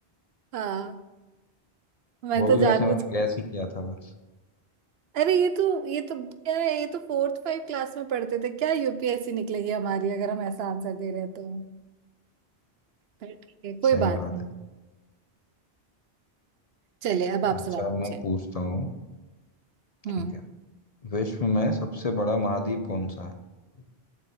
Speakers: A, on the right; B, on the left.
A: हाँ मैं
B: वो
A: तो
B: भी वैसे
A: जानबूझ
B: मैंने गैस ही किया था बस
A: अरे ये तो ये तो क्या है ये तो फोर्थ फाइव क्लास में पढ़ते थे क्या यूपीएससी निकलेगी हमारी अगर हम ऐसा आंसर दे रहे हैं तो पर ठीक है कोई
B: सही
A: बात
B: बात
A: नहीं
B: है
A: चलिए अब आप
B: अच्छा
A: सवाल पूछिए
B: मैं पूछता हूँ
A: हम्म
B: ठीक है विश्व में सबसे बड़ा महाद्वीप कौन सा है